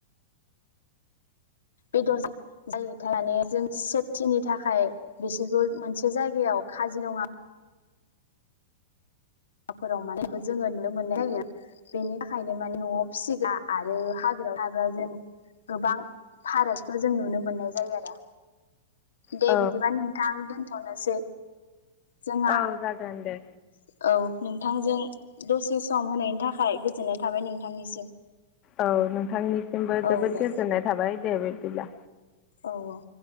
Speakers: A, on the left; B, on the left.
A: बेदर जा जायो <unintelligible> जों सेफटिनि थाखाय बिसोरखौ मोनसे जायगायाव खाजिरङा रङा फोराव माने बेखौ जोङो नुनो मोननाय जायो बेनि थाखायनो माने न'आव फिसिग्रा। आरो हाग्रायाव थाग्राजों गोबां फारागथिखौ जों नुनो मोननाय जायो आरो। दे
B: औ
A: बिदिबा नोंथां दोनथ'नोसै। जोंहा
B: औ जागोन दे।
A: औ नोंथांजों दसे सम होनायनि थाखाय गोजोननाय थाबाय नोंथांनिसिम।
B: औ नोंथांनिसिमबो जोबोद
A: औ दे
B: गोजोननाय थाबाय दे बिब्दिब्ला।
A: औ औ।